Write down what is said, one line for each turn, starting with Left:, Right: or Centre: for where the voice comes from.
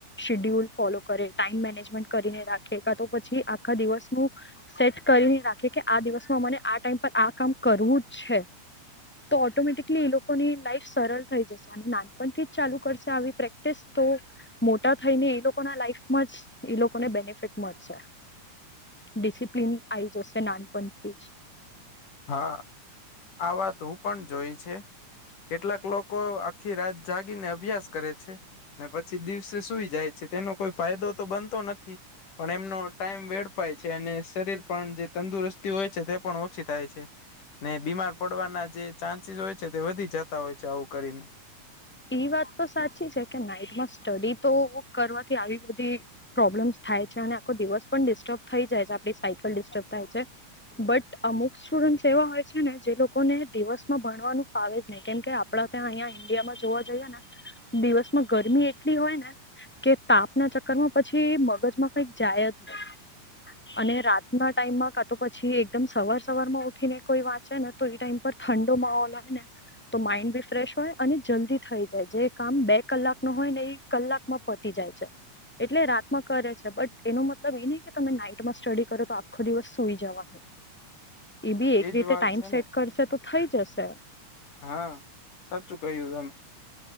Centre: શેડ્યુલ ફોલો કરે ટાઈમ મેનેજમેન્ટ કરીને રાખે કા તો પછી આખા દિવસનું સેટ કરી નાખે કે આ દિવસમાં મને આ ટાઈમ પર આ કામ કરવું જ છે. તો ઓટોમેટિકલી એ લોકોની લાઈફ સરળ થઈ જશે અને નાનપણથી જ ચાલુ કરશે આવી પ્રેક્ટીસ તો મોટા થઈને એ લોકોના લાઈફમાં જ એ લોકોને બેનિફિટ મળશે ડિસિપ્લિન આવી જશે નાનપણથી જ
Left: હા આ વાત હું પણ જોઈ છે કેટલાક લોકો લોકો આખી રાત જાગીને અભ્યાસ કરે છે ને પછી દિવસે સુઈ જાય છે તેનો કોઈ ફાયદો તો બનતો નથી. પણ એમનો ટાઈમ વેડફાય છે અને શરીર પણ જે તંદુરસ્તી હોય છે તે પણ ઓછી થાય છે. ને બીમાર પડવાના જે ચાન્સીસ હોય છે તે વધી જતા હોય છે આવું કરીને.
Centre: ઈ વાત તો સાચી છે કે નાઈટ માં સ્ટડી તો કરવાથી આવી બધી પ્રોબ્લેમ્સ થાય છે અને આખો દિવસ પણ ડિસ્ટર્બ થઈ જાય છે આપ સાયકલ ડિસ્ટર્બ થાય છે. બટ અમુક સ્ટુડન્ટસ એવા હોય છે ને જે લોકોને દિવસમાં ભણવાનું ફાવે જ નહી કેમકે આપડા ત્યાં અહં ઈન્ડિયામાં જોવા જઈએ ને દિવસમાં ગરમી એટલી હોય ને. કે તાપના ચક્કર માં પછી મગજમાં કઈક જાય જ નહી. અને રાતના ટાઈમમાં કા તો પછી એકદમ સવાર સવાર માં ઉઠીને કોઈ વાંચે ને તો એ ટાઈમ પર ઠંડો માહોલ હોય ને તો માઇન્ડ બી ફ્રેશ હોય અને જલ્દી થઈ જાય જે કામ બે કલાક ન હોય ને એ કલાકમાં પતી જાય છે. એટલે રાતમાં કરે છે બટ એનો મતલબ એ નહ કે તમે નાઈટમાં સ્ટડી કરો તો આખો દિવસ સુઈ જવાનું
Left: <unintelligible>
Centre: એ બી એક
Left: એજ
Centre: રીતે
Left: વાત
Centre: ટાઈમ
Left: છે
Centre: સેટ
Left: ને
Centre: કરશે તો થઈ જશે.
Left: હા સાચું કહ્યું તમે.